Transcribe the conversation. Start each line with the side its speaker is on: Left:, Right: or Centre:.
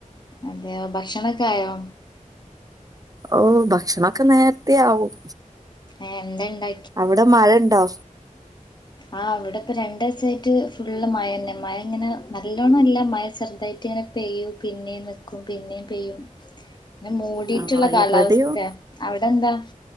Left: അതെയോ ഭക്ഷണൊക്കെ ആയോ
Right: ഓഹ് ഭക്ഷണൊക്കെ നേരത്തെ ആവും
Left: ഏഹ് എന്താണ്ടാ
Right: അവിടെ മഴ ഇണ്ടോ
Left: ആഹ് ഇവിടെ ഇപ്പ രണ്ടിസായിട്ട് ഫുള്ള് മഴ തന്നെ മഴ ഇങ്ങനെ നല്ലോണം ഇല്ല മഴ ചെറുതായിട്ട് ഇങ്ങനെ പെയ്യൂ പിന്നേം നിക്കും പിന്നേം പെയ്യും മൂടിയിട്ടുള്ള
Right: ആ
Left: കാലാവസ്ഥയാ
Right: ഇവിടെയും
Left: അവിടെ എന്താ